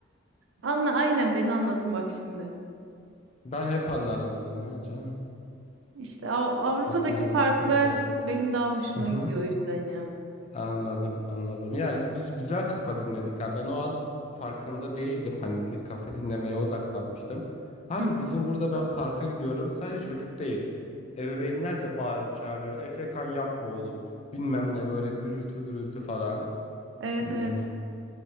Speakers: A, on the right; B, on the left.
A: anla aynen beni anladın bak şimdi.
B: Ben hep anladım seni ya canım.
A: İşte Av- Avrupa'daki
B: O konuda
A: parklar
B: sıkıntı yok.
A: benim daha hoşuma
B: Aha.
A: gidiyor o yüzden ya.
B: Anladım, anladım. Ya biz güzel kafa dinledik ha. Ben o an farkında değildim. Hani di- kafa dinlemeye odaklanmıştım. Harbi
A: Hı hı.
B: bizim burada ben parka gidiyorum. Sadece çocuk değil. Ebeveynler de bağırıp çağırıyor. Efekan yapma oğlum. Bilmem ne böyle gürültü gürültü falan.
A: Evet
B: Bilmiyorum.
A: evet.